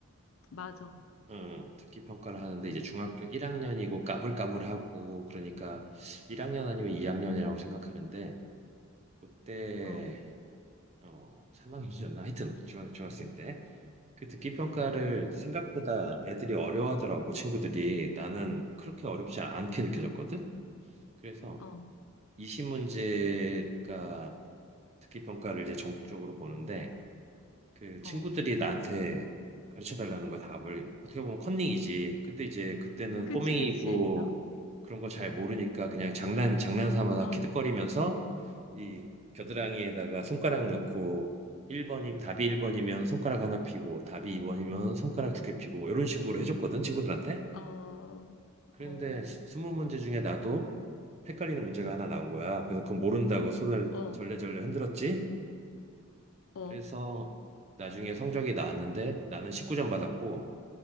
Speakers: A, on the left; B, on the right.
A: 맞아.
B: 응, 듣기 평가를 하는데 이제 중학교 1학년이고 까불까불하고 그러니까 1학년 아니면 2학년이라고 생각하는데 그때
A: 어,
B: 어 삼학년이었나 하여튼 중학, 중학생 때 그 듣기 평가를
A: 어,
B: 생각보다 애들이 어려워하더라고 친구들이 나는 그렇게 어렵지 않게 느껴졌거든 그래서
A: 어,
B: 20문제가 듣기 평가를 이제 전국적으로 보는데 그 친구들이
A: 어.
B: 나한테 가르쳐 달라는 거 답을 어떻게 보면 컨닝이지 근데 이제 그때는
A: 그치,
B: 꼬맹이고
A: 그치.
B: 그런 거 잘 모르니까 그냥 장난 장난 삼아서
A: 어,
B: 키득거리면서 이 겨드랑이에다가 손가락 넣고 1번이 답이 1번이면 손가락 하나 피고 답이 2번이면 손가락 두 개 피고 뭐 이런 식으로 해줬거든 친구들한테.
A: 어,
B: 그런데
A: 어,
B: 스- 스무 문제 중에 나도 헷갈리는 문제가 하나 나온 거야. 그래서 그건 모른다고 손을
A: 어,
B: 절레절레 흔들었지.
A: 어,
B: 그래서 나중에 성적이 나왔는데 나는 19점 받았고